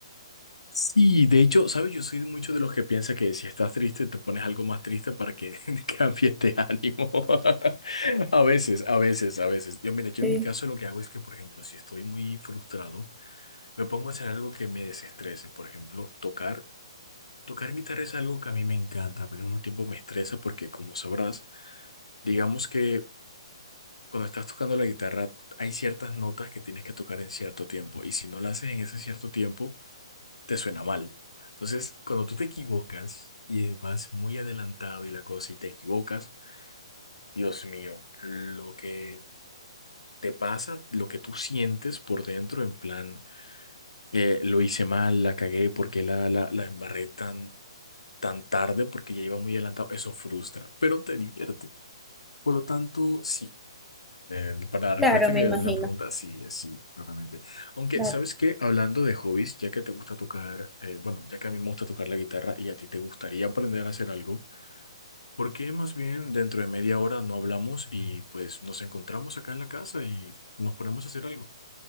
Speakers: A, on the left; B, in the centre.
A: Sí, de hecho, ¿sabes? Yo soy mucho de los que piensa que si estás triste, te pones algo más triste para que <laughs> cambies de ánimo. <laughs> A veces, a veces, a veces. Yo, mira, yo
B: Sí.
A: en mi caso lo que hago es que, por ejemplo, si estoy muy frustrado, me pongo a hacer algo que me desestrese. Por ejemplo, tocar. Tocar guitarra es algo que a mí me encanta, pero al mismo tiempo me estresa porque, como sabrás, digamos que cuando estás tocando la guitarra hay ciertas notas que tienes que tocar en cierto tiempo y si no las haces en ese cierto tiempo, te suena mal. Entonces, cuando tú te equivocas y vas muy adelantado y la cosa y te equivocas, Dios mío, lo que te pasa, lo que tú sientes por dentro, en plan, eh, lo hice mal, la cagué, porque la, la, la embarré tan, tan tarde, porque ya iba muy adelantado, eso frustra, pero te divierte. Por lo tanto, sí. Eh, para la respuesta
B: Claro, me
A: que la
B: imagino.
A: pregunta, sí, es sí, claramente. Aunque,
B: Claro.
A: ¿sabes qué? Hablando de hobbies, ya que te gusta tocar, eh, bueno, ya que a mí me gusta tocar la guitarra y a ti te gustaría aprender a hacer algo, ¿por qué más bien dentro de media hora no hablamos y pues nos encontramos acá en la casa y nos ponemos a hacer algo?